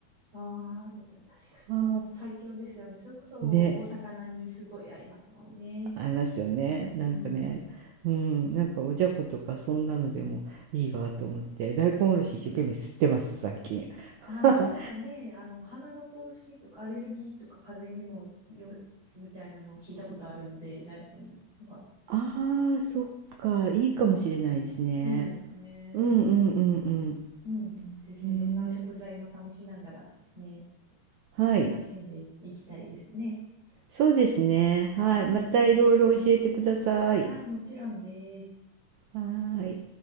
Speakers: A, on the right; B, on the right.
A: ああ、確かにもう最強ですよね。
B: あー
A: それこそお魚にすごい合いますもんね。
B: ねありますよね。
A: うん、
B: なんかね、
A: 確
B: うん、なんかおじゃことかそんなのでもいいわと思って、大根おろし一生懸命吸ってます、
A: かに。
B: 最近。
A: ああ、
B: <laughs>
A: なんかね、あの、鼻の通しとかアレルギーとか風邪にもよ、みたいなのを聞いたことあるので、大根が。
B: ああ、そっか、いいかもしれないですね。
A: はい、そうですね。
B: うんうんうん
A: うん、うんぜひいろんな食材も試しながらですね。
B: うん。へえ。はい。
A: 楽しんでいきたいですね。
B: そうですね。はい。
A: うん。
B: またいろいろ教えてください。
A: ああ、もちろんです。
B: はーい。